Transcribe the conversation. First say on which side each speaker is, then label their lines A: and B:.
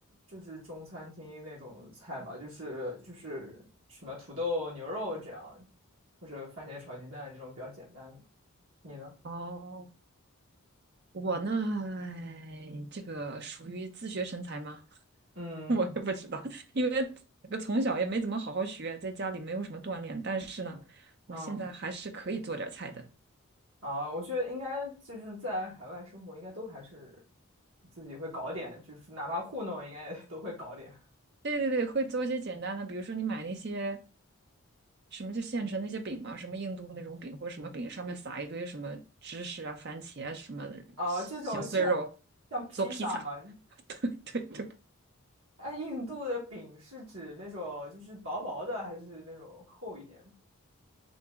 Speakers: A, on the right (about 70°); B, on the right (about 45°).
A: 就是中餐厅那种菜吧，就是就是什么土豆牛肉这样，或者番茄炒鸡蛋这种比较简单的。你呢？
B: 哦，我呢，哎这个属于自学成才吗？
A: 嗯
B: <laughs> 我也不知道，因为我从小也没怎么好好学，在家里没有什么锻炼。但是呢，我现在还是可以做点儿菜的。
A: 嗯啊，我觉得应该就是在海外生活，应该都还是自己会搞点，就是哪怕糊弄，应该也都会搞点。
B: 对对对，会做一些简单的，比如说你买那些什么就现成那些饼嘛，什么印度那种饼或者什么饼，上面撒一堆什么芝士啊、番茄啊什么的小碎肉，
A: 啊，这种像像披萨嘛，
B: 做披萨。<laughs> 对对对，
A: 哎，印度的饼是指那种就是薄薄的，还是那种厚一点的？